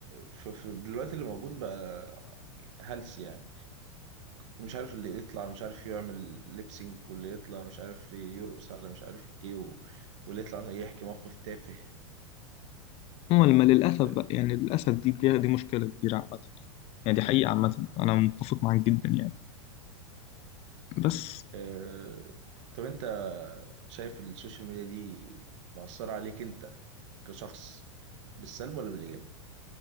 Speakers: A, on the right; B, on the left.
A: في في دلوقتي اللي موجود بقى هلس يعني مش عارف اللي يطلع مش عارف يعمل ليبسينك واللي يطلع مش عارف يرقص على مش عارف ايه و... واللي يطلع يحكي موقف تافه
B: هم لما للاسف
A: ف...
B: بقى يعني للاسف دي دي دي مشكله كبيره عامه يعني دي حقيقه عامه انا متفق معاك جدا يعني بس
A: آه... طب انت شايف السوشيال ميديا دي مأثرة عليك انت كشخص بالسلب ولا بالإيجاب؟